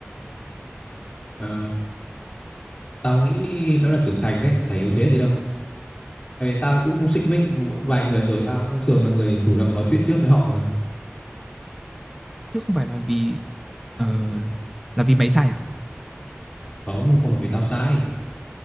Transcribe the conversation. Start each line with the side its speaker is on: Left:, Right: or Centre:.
Left: ờ, tao nghĩ đó là trưởng thành đấy chả yếu thế gì đâu tại vì tao cũng xích mích mỗi vài người rồi tao cũng thường là người chủ động nói chuyện trước với họ mà
Centre: chứ không phải là vì ờ, là vì mày sai à?
Left: không không phải vì tao sai